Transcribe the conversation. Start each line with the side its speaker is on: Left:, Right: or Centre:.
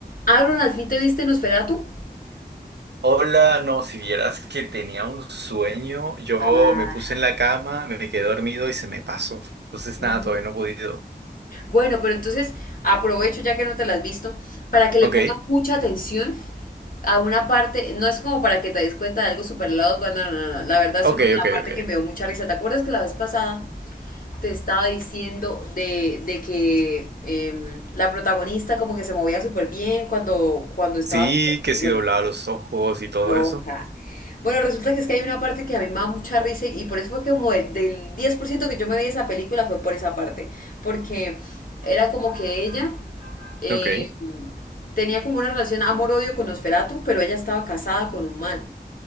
Left: Aaron, ¿al fin te viste Nosferatu?
Right: Hola, no, si vieras que tenía un sueño, yo
Left: Ah,
Right: me puse en la cama, me quedé dormido y se me pasó. Entonces,
Left: Mm.
Right: nada, todavía no he podido.
Left: Bueno, pero entonces aprovecho ya que no te la has visto para que le
Right: Ok,
Left: pongas mucha atención a una parte, no es como para que te des cuenta de algo súper loco, cuando no, no, no, la verdad
Right: ok,
Left: solo la
Right: ok,
Left: parte
Right: ok.
Left: que me dio mucha risa. ¿Te acuerdas que la vez pasada te estaba diciendo de, de que em, la protagonista como que se movía súper bien cuando, cuando estaba...
Right: Sí, que sí
Left: bueno,
Right: doblaba los ojos y todo
Left: Loca.
Right: eso.
Left: Bueno, resulta que es que hay una parte que a mí me da mucha risa y, y por eso fue que como el- del 10% que yo me vi esa película fue por esa parte, porque era como que ella eh,
Right: Ok.
Left: tenía como una relación amor-odio con Nosferatu, pero ella estaba casada con un man.